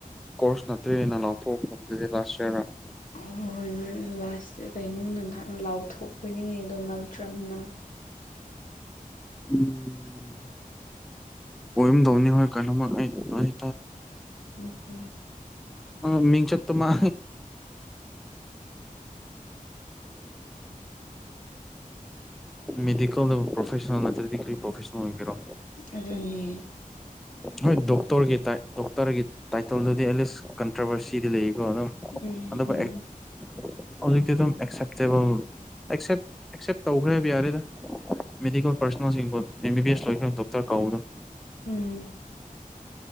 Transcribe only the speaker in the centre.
ꯀꯣꯔꯁ ꯅꯠꯇ꯭ꯔꯤꯅ ꯂꯥꯎꯊꯣꯛꯄꯗꯨꯗꯤ ꯂꯥꯁ ꯌꯌꯥꯔꯗ
ꯎꯝ ꯑꯣꯏꯔꯨꯝꯗꯧꯅꯤ ꯍꯣꯏ ꯀꯩꯅꯣꯝꯃ ꯑꯩ
ꯑ ꯃꯤꯡ ꯆꯠꯇ ꯃꯥ ꯃꯦꯗꯤꯀꯦꯜꯗ ꯄ꯭ꯔꯣꯐꯦꯁꯅꯦꯜ ꯅꯠꯇ꯭ꯔꯗꯤ ꯀ꯭ꯔꯤ ꯄ꯭ꯔꯣꯐꯦꯁꯅꯦꯜ ꯑꯣꯏꯕꯤꯔꯣ
ꯍꯣꯏ ꯗꯣꯛꯇꯔꯒꯤ ꯗꯣꯛꯇꯔꯒꯤ ꯇꯥꯏꯇꯜꯗꯨꯗꯤ ꯑꯦꯠꯂꯤꯁ ꯀꯟꯇ꯭ꯔꯥꯚꯔꯁꯤꯗꯤ ꯂꯩꯀꯣ ꯑꯗꯨꯝ
ꯑꯗꯨ
ꯍꯧꯖꯤꯛꯇꯤ ꯑꯗꯨꯝ ꯑꯦꯛꯁꯦꯞꯇꯦꯕꯜ ꯑꯦꯛꯁꯦ ꯇꯧꯈ꯭ꯔꯦ ꯍꯥꯏꯕ ꯌꯥꯔꯦꯗ ꯃꯦꯗꯤꯀꯦꯜ ꯄꯥꯔꯁꯣꯅꯦꯜꯁꯤꯡꯕꯨ ꯑꯦꯝ ꯕꯤ ꯕꯤ ꯑꯦꯁ ꯂꯈ꯭ꯔꯥ ꯗꯣꯛꯇꯔ ꯀꯧꯕꯗꫭ꯫